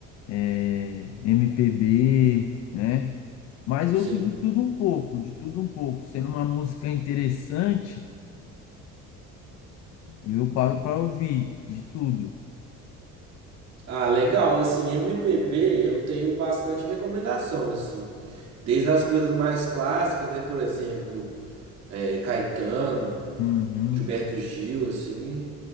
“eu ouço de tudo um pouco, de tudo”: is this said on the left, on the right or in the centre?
Left